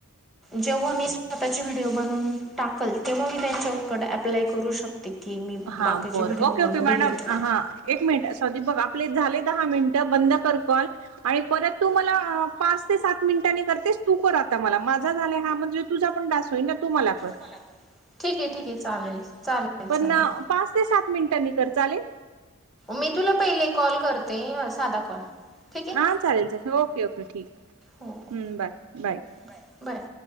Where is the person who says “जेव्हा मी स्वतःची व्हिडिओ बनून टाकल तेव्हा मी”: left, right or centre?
Centre